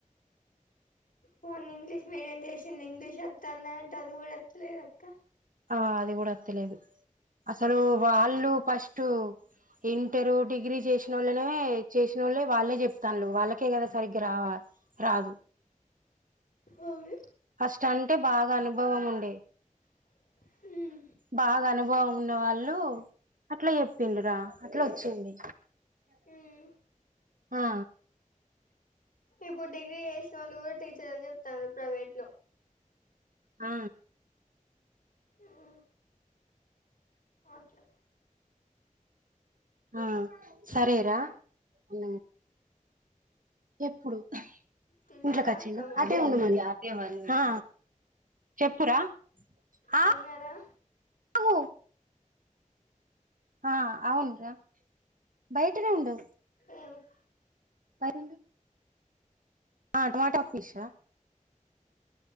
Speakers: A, on the left (about 75°); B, on the right (about 75°).
A: పోనీ ఇంగ్లీష్ మీడియం చేసింది ఇంగ్లీష్ వతుందా అంటే అది గూడా వత్తలేదు అక్క
B: ఆ అది గూడా వత్తలేదు అసలు వాళ్ళు ఫస్ట్ ఎ ఇంటర్ డిగ్రీ జేసిన వోళ్ళనే చేసిన వోళ్ళే వాళ్ళే జెప్తాండ్రు వాళ్ళకే గదా సరిగ్గా రావా రాదు
A: అవును
B: ఫస్ట్ అంటే బాగా అనుభవం ఉండే
A: ఉ
B: బాగా అనుభవం ఉన్న వాళ్ళు అట్లా చెప్పిండు రా అట్లా వచ్చింది
A: ఉమ్
B: ఆ
A: ఇప్పుడు డిగ్రీ చేసిన వాళ్ళు కూడా టీచర్ అని చెప్తారు ప్రైవేట్ లో
B: ఆ
A: ఆ అట్లా
B: ఆ సరేరా ఉ ఎప్పుడు
A: తిన్నారా
B: ఇంట్లోకి వచ్చిండా
A: అక్క మరి
B: అటే ఉండమను ఇగ హా చెప్పురా ఆ
A: తిన్నారా
B: ఉ ఆ అవునురా బయటనే ఉండు
A: ఏక్
B: పైనుండు ఆ టమాటా ఫిష